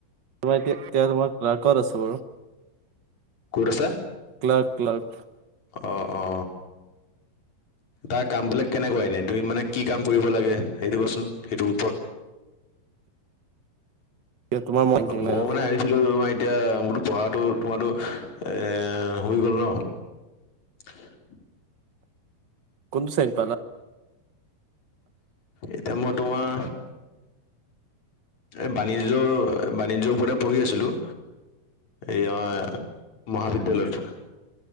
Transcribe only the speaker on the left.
ক'ত আছা?
অ অ। তাৰ কাম বিলাক কেনেকুৱা ইনে তুমি মানে কি কাম কৰিব লাগে, সেইটো কোৱাচোন সেইটোৰ ওপৰত।
অঁ, ময়ো
মানে ভা ছিলো তোমাৰ এতিয়া মোৰতো পঢ়াটো তোমাতো এ হৈ গ'ল ন। <inaudible>
এতিয়া মই তোমাৰ এ, বাণিজ্যৰ বাণিজ্যৰ ওপৰতে পঢ়ি আছিলো। এই আমাৰ মহাবিদ্যালয়ত।